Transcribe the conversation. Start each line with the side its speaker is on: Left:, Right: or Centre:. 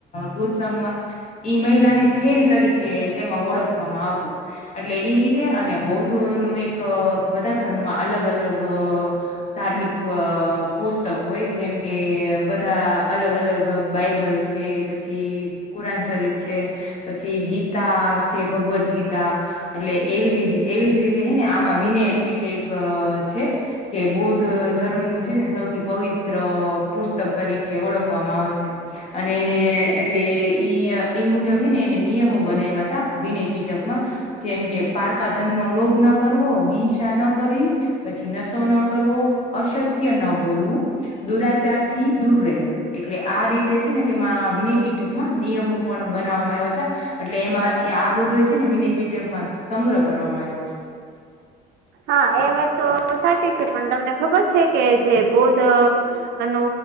Left: બુધ સંઘમાં. ઈ મહિલાને થેરી તરીકે તેમાં ઓળખવામાં આવતું. અટલે એઈ રીતે અને બૌદ્ધનું એક બધા ધર્મમાં અલગ અલગ આ ધાર્મિક આ પુસ્તક હોય જેમ કે બધા અલગ અલગ અ બાઈબલ છે, પછી કુરાન શરીફ છે. પછી ગીતા છે, ભગવદગીતા. એટલે એવી રી એવી જ રીતે હેને આમાં વિનયકપીટક અ છે. જે બૌદ્ધધર્મનું છે, ને. સૌથી પવિત્ર પુસ્તક તરીકે ઓળખવામાં આવે છે. અને એને એટલે ઈ મુજબ હેને એને નિયમો બનાયવતા. વિનયપીટકમાં જેમ કે પારકાધનનો લોભ ના. કરવો હિંસા ન કરવી પછી નશો ન કરવો અસત્ય ન બોલવું. દુરાચાર થી દૂર રહેવું એટલે આ રીતે છે ને તેમાં વિનય પીઠકમાં નિયમો પણ બનાવવામાં આવ્યા તા. એટલે એમાં આ બધો એ છે ને વિનય પીટકમાં સંગ્રહ કરવામાં આવ્યો છે.
Right: હા એ વાત તો સાચી છે પણ તમને ખબર છે કે જે બૌદ્ધ અને